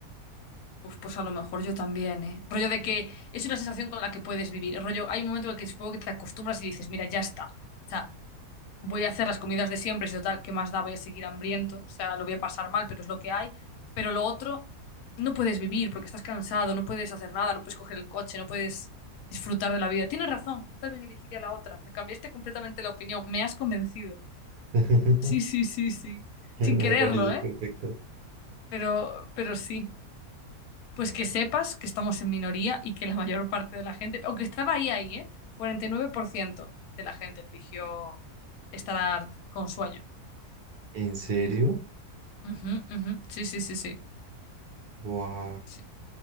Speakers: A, on the left; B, on the right.
A: Uf, pues a lo mejor yo también, ¿eh? Rollo de que es una sensación con la que puedes vivir. rollo, hay un momento en el que supongo que te acostumbras y dices, mira, ya está. O sea, voy a hacer las comidas de siempre, si total, ¿qué más da? Voy a seguir hambriento, o sea, lo voy a pasar mal, pero es lo que hay. Pero lo otro, no puedes vivir porque estás cansado, no puedes hacer nada, no puedes coger el coche, no puedes disfrutar de la vida. Tienes razón, yo también elegiría la otra. Me cambiaste completamente la opinión, me has convencido.
B: <laughs>
A: Sí, sí, sí, sí. Sin
B: Me
A: quererlo,
B: parece
A: ¿eh?
B: perfecto.
A: Pero, pero sí. Pues que sepas que estamos en minoría y que la mayor parte de la gente, aunque estaba ahí, ahí, ¿eh? cuarenta y nueve por ciento de la gente eligió estar con sueño.
B: ¿En serio?
A: Ujú, ujú. Sí, sí, sí, sí.
B: ¡Wow!
A: Sí,